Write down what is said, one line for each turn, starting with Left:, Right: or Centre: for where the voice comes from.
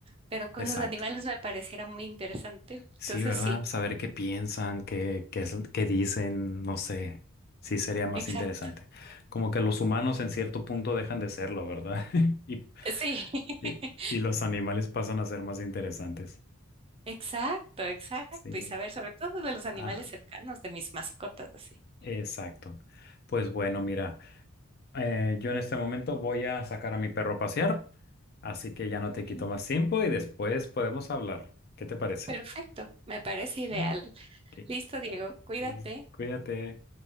Right: pero con
Left: exacto.
Right: los animales me pareciera muy interesante.
Left: Sí,
Right: Entonces
Left: ¿verdad?
Right: sí,
Left: Saber qué piensan, qué, qué, es- qué dicen, no sé. Sí, sería más
Right: exacto.
Left: interesante. Como que los humanos en cierto punto dejan de serlo, ¿verdad? <laughs> Y,
Right: Sí. <laughs>
Left: y, y los animales pasan a ser más interesantes.
Right: Exacto, exacto.
Left: Sí.
Right: Y saber sobre todo de los animales
Left: Ah,
Right: cercanos, de mis mascotas, así.
Left: exacto. Pues bueno, mira, eh, yo en este momento voy a sacar a mi perro a pasear, así que ya no
Right: Muy
Left: te
Right: bien.
Left: quito más tiempo y después podemos hablar. ¿Qué te parece?
Right: Perfecto, me parece ideal.
Left: Bien. Ok,
Right: Listo, Diego, cuídate.
Left: listo. Cuídate.